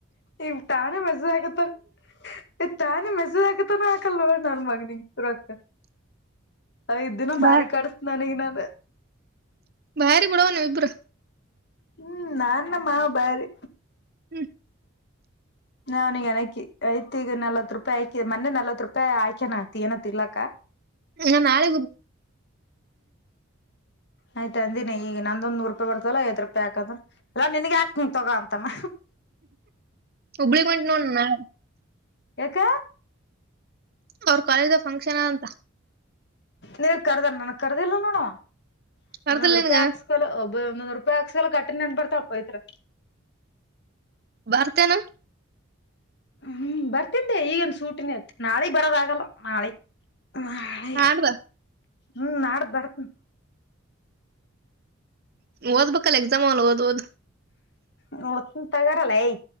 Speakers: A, on the left; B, on the right.
A: ಇಗ್ ತಾನೇ ಮೆಸ್ಸೇಜ್ ಅಕಕ್ಕತನ ಇ ತಾನೇ ಮೆಸೇಜ್ ಆಕತಾನ ಆಾಕಲ್ಲೋಡ್ ನನ್ ಮಗನಿಗ್ ತುರಾಕ ಐದ್ ದಿನ
B: ಬಾ
A: ಬಾರಿ ಕಡಿಸಸ ನನಗ ನನ್
B: ಬಾರಿ ಬಿಡೋಣ ನೀವುಇಬ್ರು
A: ಹ್ಮ್ ನಾನ್ <unintelligible> ಬಾರಿ
B: ಹ್ಮ್
A: ನಾನಿಗ ಅನಕಿ ಐತ ಈಗ ನಲ್ವತ್ ರೂಪಾಯಿ ಆಯ ಮೊನ್ನೆ ನಲ್ವತ್ ರೂಪಾಯಿ ಆಯಕ್ಯನ ಆತಿ ಏನತ್ ಇಲಾ
B: ಹಾ ನಾಳಿಗ ಹ್ಮ್
A: ಆಯ್ತ ಅಂದಿನಿ ಈಗ ನಂದೊಂದ ನೂರು ರೂಪಾಯಿ ಬರ್ತಲ್ಲ ದ್ ಪ್ಯಾಕ್ ಅಂದ್ರ ಎಲ್ಲಾ ನನ್ಗೆ ಯಾಕ್ಂಗ ತಗೋ ಅಂತಾನ
B: ಹುಬ್ಬಳ್ಳಿ <unintelligible> ನಾ
A: ಎಕ್
B: ಅವ್ರ ಕಾಲೇಜ್ ದಾಗ ಫಂಕ್ಷನ್ ಅಂತ
A: ನಿನ ಕರ್ದಾನ ನನಗ್ ಕರ್ದಿಲ್ಲ ನೋಡು
B: ಕರ್ದಿಲ್ಲ
A: ಒಂದೊಂದ್ ರೂಪಾಯಿ
B: ನಿನ್ಗ
A: ಹಾಕ್ಸ ಲ್ಲ ಒಬ್ಬ ಒಂದೂ ರೂಪಾಯಿ ಹಾಕ್ಸಲ್ಲ ಕಟ್ಟಿ ನನ್ ಬರ್ತಪ್ಪ ಐತ್ರ
B: ಬರ್ತೆೇನ
A: ಹ್ಮ್ ಬರ್ತಿದ್ದೆ ಈಗನ್ ಸೂಟಿನ ಆತ್ ನಾಳೆಗ್ ಬರೋದ ಆಗಲ್ಲ ನಾಳೆಗ್ ಆಯ
B: ಆಡ್ದ
A: ಹ್ಮ ನಾಡ್ದ ಬರ್ತ್ನ
B: ಓದ್ಬೇಕಲ್ಲ ಎಕ್ಸಾಮ್ ಓದ್ಓದ್
A: ನ್ ತಗಾರಲ್ಲ ಯ್